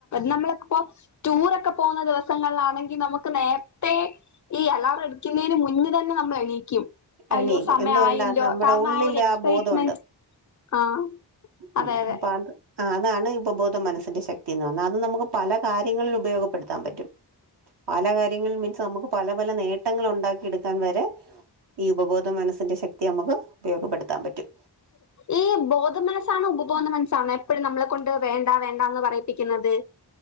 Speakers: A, on the left; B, on the right.
A: നമ്മളിപ്പോ ടൂറൊക്കെ പോകുന്ന ദിവസങ്ങൾലാണെങ്കി നമുക്ക് നേര്ത്തെ ഈ അലാർ അടിക്ക്‌ന്നേന് മുന്ന് തന്നെ നമ്മളെണീക്കും അയ്യോ
B: എണീക്കും
A: സമയ
B: എന്തുകൊണ്ടാ
A: ആയല്ലോ
B: നമ്മുടെ
A: കാരണം
B: ഉള്ളിൽ
A: ആ ഒരു എക്സൈറ്റ്മെന്റ്
B: ബോധമുണ്ട്
A: ആഹ്
B: ഉം
A: അതെ അതെ
B: പ്പാണ്ട് ആ അതാണ് ഉപബോധ മനസ്സിന്റെ ശക്തി എന്ന് പറഞ്ഞാ അത് നമുക്ക് പല കാര്യങ്ങളിൽ ഉപയോഗപ്പെടുത്താം പറ്റും പല കാര്യങ്ങളൾ മീൻസ് നമുക്ക് പല പല നേട്ടങ്ങൾ ഉണ്ടാക്കി എടുക്കാൻ വരെ ഈ ഉപബോധ മനസ്സിന്റെ ശക്തി നമുക്ക് ഉപയോഗപ്പെടുത്താൻ പറ്റും
A: ഈ ബോധ മനസ്സാണോ ഉപബോധ മനസ്സാണോ എപ്പഴും നമ്മളെ കൊണ്ട് വേണ്ട വേണ്ടാന്ന് പറയിപ്പിക്കുന്നത് <inaudible>